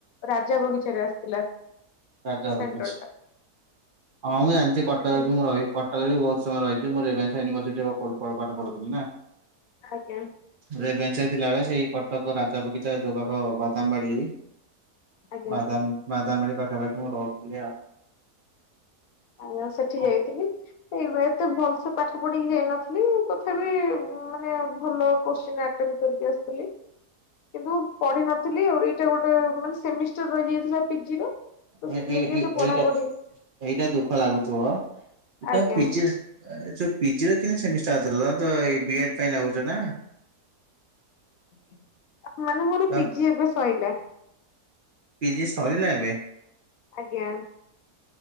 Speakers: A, on the left; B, on the right.
A: ରାଜା ବଗିଚାରେ ଆସିଥିଲା।
B: ରାଜା ବଗିଚା
A: ସେଣ୍ଟର ଟା
B: ହଁ ମୁଁ ଜାଣିଛି କଟକରେ
A: ଆଜ୍ଞା
B: ବି ମୁଁ ରହି କ। କଟକରେ ବି ବହୁତ୍ ସମୟ ରହିଛି ମୁଁ ରେଭେନ୍ସା ୟୁନିଭରସିଟି ରୁ ପଢୁ ପ ପାଠ ପଢୁଥିଲି ନା।
A: ଆଜ୍ଞା।
B: ରେଭେନ୍ସାରେ ଥିଲା ବେଳେ ସେଇ କଟକ ରାଜା ବଗିଚା ଯୋଉ ପାଖ ବାଦାମ ବାଡି।
A: ଆଜ୍ଞା।
B: ବାଦାମ-ବାଦାମା ବାଡି ପାଖାପାଖି ମୁଁ ରହୁଥିଲି ଆଉ।
A: ଆଜ୍ଞ ସେଠି
B: ଆଉ।
A: ଯାଇଥିଲି ଏଇବା ଏତେ ଭଲସେ ପାଠ ପଢିକି ଯାଇନଥିଲି ତଥାପି। ଉମ ମାନେ ଭଲ କ୍ୱୋଶ୍ଚିନ୍ ଅଟେଣ୍ଡ କରିକି ଆସିଥିଲି। କିନ୍ତୁ ପଢିିନଥିଲି ଆଉଏଇଟା ଗୋଟେ ମାନେ ସେମିଷ୍ଟାର ରହିଯାଇଥିଲା ପିଜି ର। ତ
B: ଏ
A: ସେଥିଲାଗି
B: ଏଇ ଏଇ
A: ଏତେ ପଢା
B: ଏଇଟା
A: ପଢି।
B: ଏଇଟା ଦୁଃଖ ଲାଗୁଥୁବ
A: ଆଜ୍ଞା
B: ତ ପିଜି ସ। ଏ ଯୋଉ ପିଜିରେକେମିତି ସେମିଷ୍ଟାର ଥିଲା ଏଇ ବିଆର ପାଇଁ ଲାଗୁଥିଲା ନା।
A: ଆଜ୍ଞା। ମାନେ ମୋର
B: ତ
A: ପିଜି ଏବେ ସଇଲା।
B: ପିଜି ସରିଲା ଏବେ।
A: ଆଜ୍ଞା।